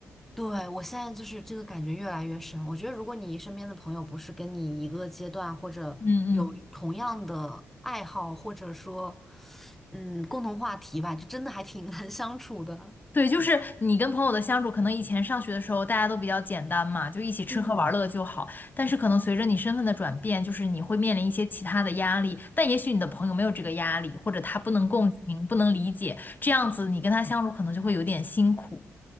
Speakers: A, in the centre; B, on the left.
A: 对，我现在就是这个感觉越来越深。我觉得，如果你身边的朋友不是跟你一个阶段，或者有同样的爱好，
B: 嗯
A: 或者说，嗯，共同话题吧，就真的还挺 <laughs> 难相处的。
B: 对，就是你跟朋友的相处，可能以前上学的时候大家都比较简单嘛，就一起吃喝玩乐就好。
A: 嗯
B: 但是可能随着你身份的转变，就是你会面临一些其他的压力，但也许你的朋友没有这个压力，或者他不能共情、不能理解，这样子你跟他相处可能就会有点辛苦。